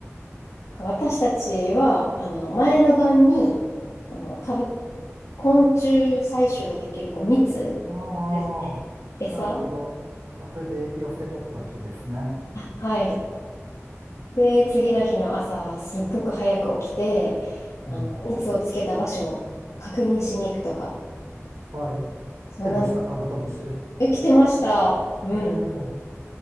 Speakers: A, on the left; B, on the right.
A: か私たちは、あの、前の晩に、あの、カブ、昆虫採取ができる、こう、蜜、
B: ああ、
A: あるじゃないですか餌、
B: なるほど。あ、それで寄せとくわけですね。
A: はい。で、次の日の朝、すっごく早く起きて、あの、
B: うん。
A: 蜜をつけた場所を確認しに行くとか、
B: はい。
A: そんなの、
B: 出ました、カブトムシ。<laughs> へ
A: え、来てました。うん。
B: え。